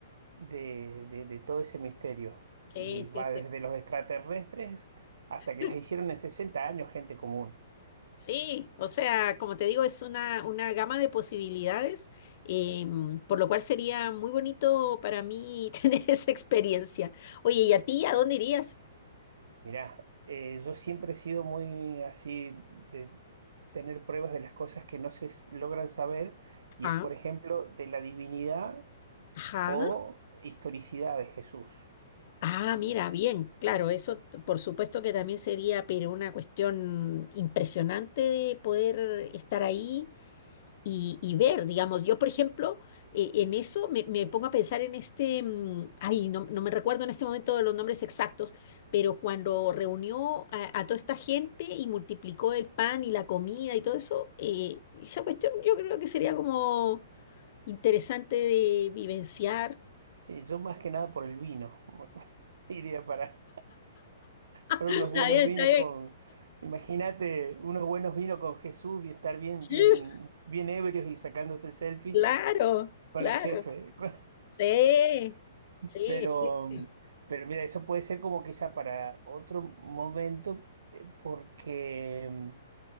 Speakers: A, on the right (about 60°); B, on the left (about 45°).
A: de- de- de todo ese misterio.
B: sí,
A: Y
B: sí,
A: va
B: sí.
A: desde los extraterrestres hasta que
B: <laughs>
A: las hicieron en 60 años, gente común.
B: Sí, o sea, como te digo, es una, una gama de posibilidades, em, por lo cual sería muy bonito para mí <laughs> tener esa experiencia. Oye, ¿y a ti a dónde irías?
A: Mirá, eh, yo siempre he sido muy así de tener pruebas de las cosas que no se s- logran saber, y
B: Ajá,
A: es, por ejemplo, de la divinidad
B: ajá.
A: o historicidad de Jesús.
B: Ah, mira, bien, claro, eso t- por supuesto que también sería, pero una cuestión impresionante de poder estar ahí y, y ver, digamos, yo por ejemplo, eh, en eso me, me pongo a pensar en este, mm, ay, no, no me recuerdo en este momento los nombres exactos, pero cuando reunió a, a toda esta gente y multiplicó el pan y la comida y todo eso, eh, esa cuestión yo creo que sería como interesante de vivenciar.
A: Sí, yo más que nada por el vino. <laughs> Iría para, para
B: <laughs>
A: unos buenos
B: Está bien,
A: vinos
B: está
A: con, imagínate, unos buenos vinos con Jesús y estar bien,
B: bien.
A: bien, bien ebrios y sacándose selfies
B: Claro,
A: con
B: claro.
A: el jefe. <laughs>
B: Sí, sí,
A: Pero,
B: sí.
A: pero mira, eso puede ser como quizá para otro momento, eh, porque mm,